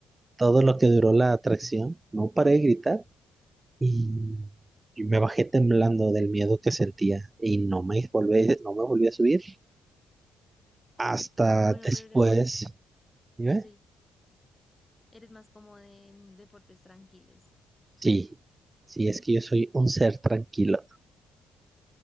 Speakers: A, on the right (about 20°); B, on the left (about 15°).
A: todo lo que duró la atracción, no paré de gritar. Y, y me bajé temblando del miedo que sentía. Y no me volví, no me volví a subir hasta
B: Bueno,
A: después.
B: pero eres más,
A: ¿sí ves?
B: sí, eres más como de mm, deportes tranquilos.
A: Sí, sí, es que yo soy un ser tranquilo.